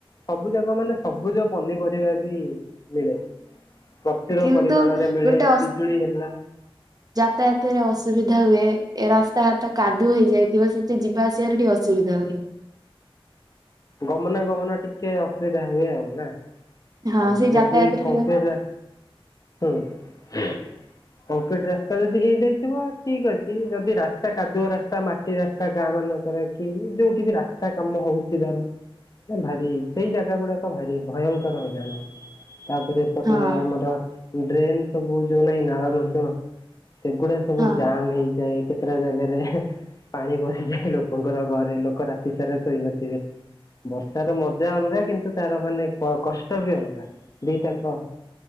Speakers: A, on the left; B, on the right.
A: ସବୁ ଯାକ ମାନେ ସବୁଜ ପନିପରିବା ବି ମିଳେ। ପ୍ରଚୁର
B: କିନ୍ତୁ
A: ପରିମାଣରେ ମିଳେ
B: ଗୋଟେ
A: ପିଜୁଳି ହେଲା।
B: ରାସ୍ତା ହତରେ ଅସୁବିଧା ହୁଏ ଏ ରାସ୍ତା ହାତ କାଦୁଅ ହେଇଯାଇଥିବ ସେମିତି ଯିବା ଆସିବାରେ ଟିକେ ଅସୁବିଧା ହୁଏ।
A: ଗମନା ଗମନ ଟିକେ ଅସୁବିଧା ହୁଏ ଆଉ ନା?
B: ହଁ
A: ଆଉ
B: ସେଇ
A: ଯଦି
B: ଯାତାୟାତରେ
A: କଂକ୍ରିଟ
B: ଟିକେ
A: ରା ହୁଁ। କଂକ୍ରିଟ ରାସ୍ତା ଯଦି ହେଇଯାଇଥିବ ଠିକ ଅଛି ଯଦି ରାସ୍ତା କାଦୁଅ ରାସ୍ତା ମା ମାଟି ରାସ୍ତା ଗାଁ ମାନଙ୍କର କି ଯୋଉଠି ବି ରାସ୍ତା କାମ ହଉଛି ଧର। ଭାରି ସେଇ ଜାଗା ଗୁଡାକ ଭାରି ଭୟଙ୍କର ହେ ତାପରେ ଏପଟେ
B: ହଁ
A: ଆମର ଡ୍ରେନ ସବୁ ଯୋଉ ନାହିଁ ନାଳ, ନର୍ଦ୍ଦମା ସେଗୁଡା ସବୁ
B: ହଁ
A: ଜାମ ହେଇଯାଏ। କେତେଟା ଜାଗାରେ ହେ। ପାଣି ପସିଯାଏ ଲୋକଙ୍କର ଘରେ ଲୋକ ରାତି ସାରା ଶୋଇ ନଥିବେ। ବର୍ଷ ର ମଜା ଅଲଗା କିନ୍ତୁ ତାର ମାନେ କ କଷ୍ଟ ବି ଅଲଗା ଦିଟା। ହଁ